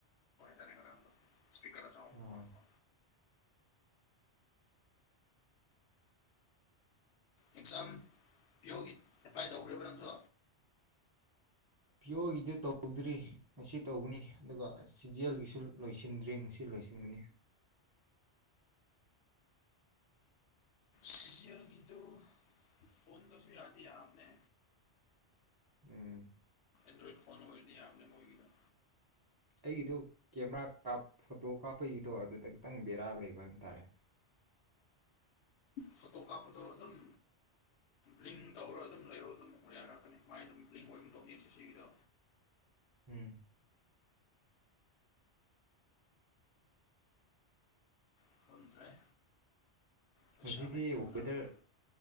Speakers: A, on the left; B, on the right.
A: <unintelligible> ꯏꯁꯄꯤꯀꯔ <unintelligible>
B: ꯑꯣ
A: ꯑꯦꯛꯖꯥꯝ ꯄꯤꯑꯣꯒꯤ ꯑꯦꯄ꯭ꯂꯥꯏ ꯇꯧꯈ꯭ꯔꯕ ꯅꯪꯁꯨ
B: ꯄꯤꯌꯣꯒꯤꯗꯤ ꯇꯧꯗ꯭ꯔꯤ ꯉꯁꯤ ꯇꯧꯒꯅꯤ ꯑꯗꯨꯒ ꯁꯤꯖꯦꯜꯒꯤꯁꯨ ꯂꯣꯏꯁꯤꯟꯗ꯭ꯔꯤ ꯉꯁꯤ ꯂꯣꯏꯁꯤꯟꯅꯤ
A: ꯁꯤꯖꯤꯜꯒꯤꯗꯨ ꯐꯣꯟꯗꯁꯨ ꯌꯥꯗꯤ ꯌꯥꯕꯅꯦ
B: ꯎꯝ
A: ꯑꯦꯟꯗ꯭ꯔ‌ꯣꯏꯠ ꯐꯣꯟ ꯑꯣꯏꯔꯗꯤ ꯌꯥꯕꯅ‌ꯦ ꯃꯣꯏꯒꯤꯗ‌ꯣ
B: ꯑꯩꯒꯤꯗꯨ ꯀꯦꯃꯦꯔꯥ ꯐꯣꯇꯣ ꯀꯥꯞꯄꯒꯤꯗꯣ ꯑꯗꯨꯗ ꯈꯤꯇꯪ ꯕꯦꯔꯥ ꯂꯩꯕ ꯍꯥꯏ ꯇꯥꯔꯦ
A: ꯐꯣꯇꯣ ꯀꯥꯞꯄꯗꯣ ꯑꯗꯨꯝ ꯂꯤꯡ ꯇꯧꯔ ꯑꯗꯨꯝ ꯂꯩꯌ‌ꯣ ꯑꯗꯨꯝ ꯌꯥꯔꯛꯀꯅꯤ ꯃꯥꯏ ꯑꯗꯨꯝ ꯂꯤꯡ ꯑꯣꯏꯒꯨꯝ ꯇꯧꯅꯤ ꯑꯦꯁ ꯑꯦꯁ ꯁꯤꯒꯤꯗꯣ
B: ꯎꯝ
A: <unintelligible> ꯗꯔ‌ꯦ ꯄꯩꯁꯥ
B: ꯉꯁꯤꯗꯤ
A: ꯂꯩꯇꯕꯅ
B: ꯋꯦꯗꯔ
A: ꯃ <unintelligible>